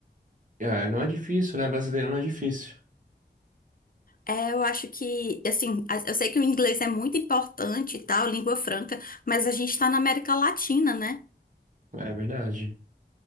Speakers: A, on the right; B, on the left.
A: É, não é difícil, né? Brasileiro não é difícil.
B: É, eu acho que, assim, a- eu sei que o inglês é muito importante e tal, língua franca, mas a gente tá na América Latina, né?
A: É verdade.